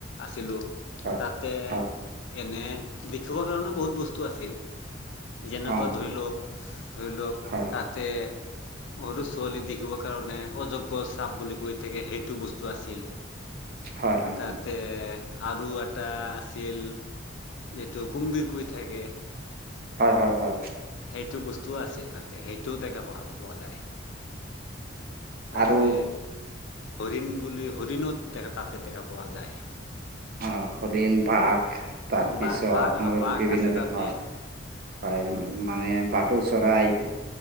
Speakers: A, on the left; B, on the right.
A: আছিলোঁ,
B: হয়
A: তাতে
B: হয়
A: এনে দেখিবৰ কাৰণে বহুত বস্তু আছিল। যেনেকুৱা
B: অঁ
A: ধৰি লওঁক, ধৰি লওঁক
B: হয় হয়
A: তাতে সৰু ছোৱালী দেখিব কাৰণে অযোগ্য চাপ বুলি কৈ থাকে সেইটো ব <unintelligible> আছিল।
B: হয় হয় হয়
A: তাতে আৰু এটা আছিল যিটো কুমবিৰ কৈ থাকে।
B: হয় হয় হয়।
A: সেইটো বস্তুও আছিল তাতে সেইটোও দেখা পাওঁ পোৱা যায়। তাতে।
B: আৰু
A: হৰিণ বুলি হৰিণত <unintelligible> তাতে দেখা পোৱা যায়।
B: অ', হৰিণ, বাঘ তাৰ পিছত
A: বাঘ বাঘ হা বাঘ
B: বিভিন্ন
A: আছে
B: <unintelligible>
A: তাতে
B: হয় হয় মানে ভাটৌ চৰাই